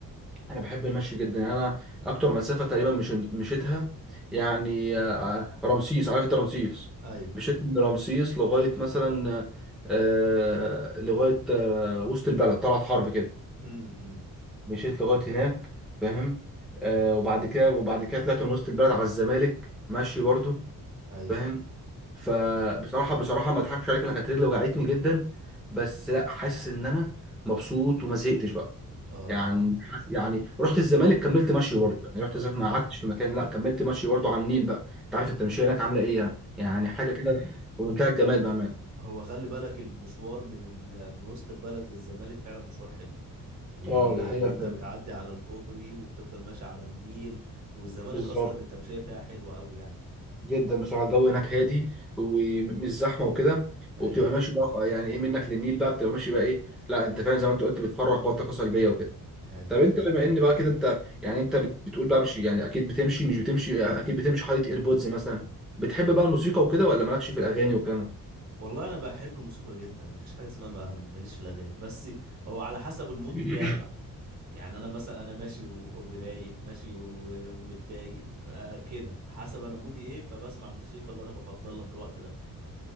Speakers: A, in the centre; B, on the right.
A: انا بحب المشي جدا يعني انا اكتر مسافة تقريبا مش مشيتها يعني آه، رمسيس عارف انت رمسيس
B: ايوه
A: مشيت من رمسيس لغاية مثلا آه... لغاية آه... وسط البلد طلعت حرب كده
B: امم
A: مشيت لغاية هناك فاهم آه... وبعد كده وبعد كده طلعت من وسط البلد على الزمالك ماشي برضو
B: ايوه
A: فاهم فبصراحه بصراحه ما اضحكش عليك انا كانت رجلي وجعتني جدا بس لا حاسس ان انا مبسوط وما زهقتش بقى
B: اه
A: يعني
B: اه
A: يعني رحت الزمالك كملت مشي برضه يعني رحت
B: آه،
A: الزمالك ما قعدتش في مكان لا كملت مشي برضه على النيل بقى انت عارف التمشيه هناك عامله ايه يعني يعني
B: آه. آه.
A: حاجه كده بمنتهى الجمال بامان
B: هو خلي بالك المشوار من ال... من وسط البلد للزمالك فعلا مشوار حلو وان
A: اه دي حقيقة
B: انت
A: فعلا
B: بتعدي على الكوبري وبتفضل ماشي على النيل والزمالك
A: بالظبط
B: اصلا التمشية فيها حلوة قوي يعني
A: جدا بصراحه الجو هناك هادي ومش زحمه وكده
B: ايوه
A: وبتبقى ماشي بقى يعني ايه منك للنيل بقى بتبقى ماشي بقى ايه لا انت فاهم زي ما انت قلت بتفرغ بقى طاقه سلبيه وكده
B: ايوه
A: طب انت
B: ايوه
A: بما ان بقى كده انت يعني انت بت- بتقول بمشي يعني اكيد بتمشي مش بتمشي اكيد بتمشي حاطط ايربودز مثلا بتحب بقى الموسيقى وكده ولا مالكش في الاغاني والكلام ده
B: والله انا بحب الموسيقى جدا مفيش حاجة اسمها ما- ماليش في الاغاني بس هو على حسب المود
A: <laughs>
B: بتاعي بقى يعني انا مثلا انا ماشي و... ورايق ماشي و... ومتضايق آه كده حسب انا مودي ايه فبسمع الموسيقى اللي انا بفضلها في الوقت ده